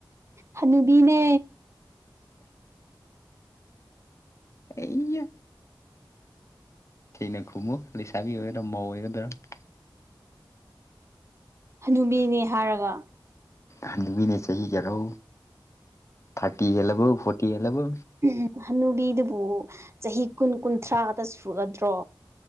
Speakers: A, on the right; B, on the left.
A: ꯍꯅꯨꯕꯤꯅꯦ
B: ꯏꯌꯥ ꯁꯦꯡꯅ ꯈꯨꯝꯃꯨ ꯂꯩꯁꯥꯕꯤ ꯑꯣꯏꯒꯗꯔ ꯃꯧ ꯑꯣꯏꯒꯗꯔ
A: ꯍꯅꯨꯕꯤꯅꯦ ꯍꯥꯏꯔꯒ
B: ꯍꯟꯅꯨꯕꯤꯅꯦ ꯆꯍꯤ ꯀ꯭ꯌꯥꯔꯣ ꯊꯥꯔꯇꯤ ꯍꯦꯜꯂꯕꯣ ꯐꯣꯔꯇꯤ ꯍꯦꯜꯂꯕꯣ
A: ꯎꯝ ꯍꯨꯝ ꯍꯅꯨꯕꯤꯗꯨꯕꯨ ꯆꯍꯤ ꯀꯨꯟ ꯀꯨꯟꯊ꯭ꯔꯥꯗ ꯁꯨꯒꯗ꯭ꯔꯣ